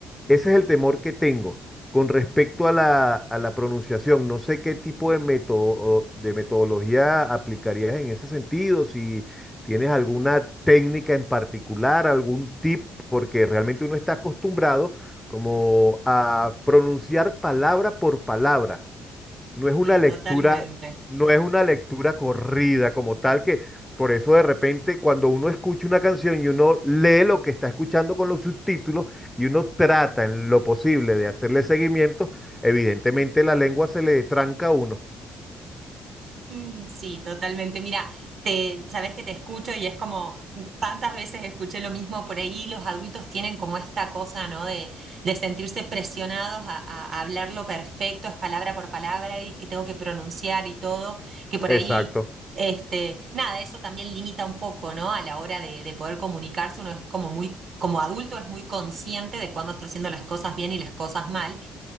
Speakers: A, in the centre; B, on the right (about 55°).
A: ese es el temor que tengo. Con respecto a la, a la pronunciación, no sé qué tipo de, método de metodología aplicarías en ese sentido, si tienes alguna técnica en particular, algún tip, porque realmente uno está acostumbrado como a pronunciar palabra por palabra. No es una
B: Sí,
A: lectura,
B: totalmente.
A: no es una lectura corrida como tal que por eso de repente cuando uno escucha una canción y uno lee lo que está escuchando con los subtítulos y uno trata en lo posible de hacerle seguimiento, evidentemente la lengua se le tranca a uno.
B: Mm, Sí, totalmente. Mira, te, sabes que te escucho y es como tantas veces escuché lo mismo por ahí. Los adultos tienen como esta cosa, ¿no? De, de sentirse presionados a, a- a hablarlo perfecto, es palabra por palabra y que tengo que pronunciar y todo. Que por
A: Exacto.
B: ahí, este, nada, eso también limita un poco, ¿no? A la hora de, de poder comunicarse, uno es como muy, como adulto es muy consciente de cuándo está haciendo las cosas bien y las cosas mal.